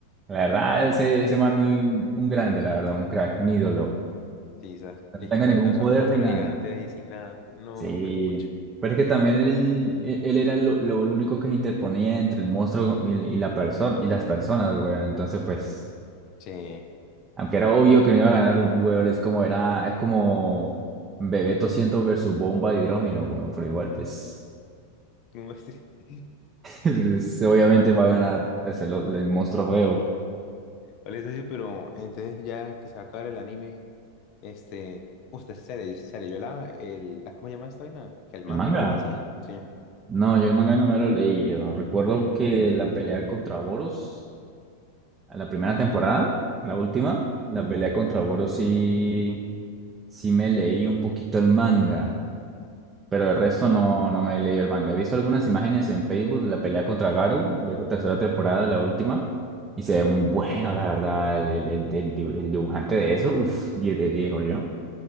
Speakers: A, on the right; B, on the left.
A: la verdad, ese, ese man muy, un grande, la verdad, un crack, un ídolo.
B: Sí, o sea,
A: No
B: de
A: tenga
B: que enfrentarse
A: ningún poder
B: a un monstruo
A: ni nada.
B: gigante ahí sin nada. No,
A: Sí,
B: fue pucho.
A: pero es que también él, él era lo, lo, lo único que se interponía entre el monstruo y, y la persona, y las personas, güey. Entonces, pues,
B: Sí.
A: aunque era obvio que no iba a ganar, güey, es como era, es como Bebeto 100 versus Bomba de Hidrógeno, güey, pero igual, pues,
B: <laughs>
A: <laughs> pues, obviamente va a ganar pues, el el monstruo feo.
B: Vale, socio, pero entonces ya que se acaba el anime, este, usted se le, se leyó la, el, ah, ¿cómo se llama esta vaina? El manga
A: El manga.
B: o algo así. Sí.
A: No, yo el manga no me lo leí. Yo recuerdo que la pelea contra Boros, en la primera temporada, la última, la pelea contra Boros sí, sí me leí un poquito el manga, pero el resto no, no me leí el manga. He visto algunas imágenes en Facebook de la pelea contra Garou, de esa tercera temporada, la última, y se ve muy bueno, la verdad, el, el, el- el dibu- el dibujante de eso, uff, 10 de 10, yo.